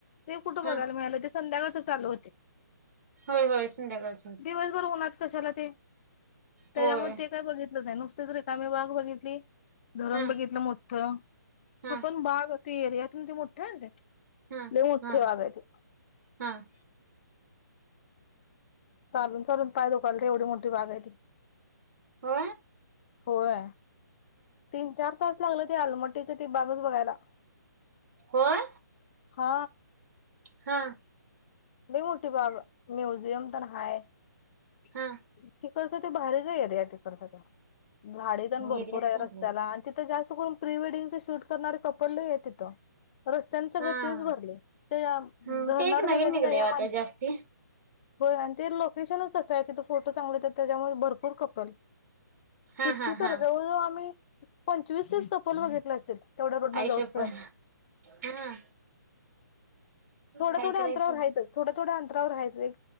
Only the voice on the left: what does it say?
ते कुठं
बघायला मिळाला ते संध्याकाळच चालू होते.
दिवसभर उन्हात कशाला ते, त्याच्यामुळे
ते काय बगितले आहे नुसतेच रिकामी बाग बघितली. धरण
बघितलं मोठ <unintelligible>
आपण बाग ते एरियात ते मोठे आहे ते.
लय मोठी
बाग आहे ती
चालून चालून पाय दुखतात एवढी मोठी बाग आहे ती.
होय तीन चार तास लागलेत आलमटीच ते बागच बघायला
हा
नाही मोठी बाग म्युझियम ते हाय <unintelligible>
तसं ते भारीचे एरिया तिकडचं झाडे पण भरपूर
आहे
रस्त्याला
आणि तिथं जास्त करून प्री वेडिंग च शूट करणारे कपल आहे तिथं रस्त्यांने सगळं
तेच भरले ते
धरणड
बघायचं
काय या माणस
होय आणि ते लोकेशनच तिथे फोटो चांगले त्याच्यामुळे भरपूर कपल
किती
तर
जवळ जवळ आम्ही पंचवीस तीस कपल बघितला असेल तेवढ्या रोडन
जाऊस
पर्यंत
थोडथोड्या
अंतरावर रायच थो थोड्या अंतरावर रायच एक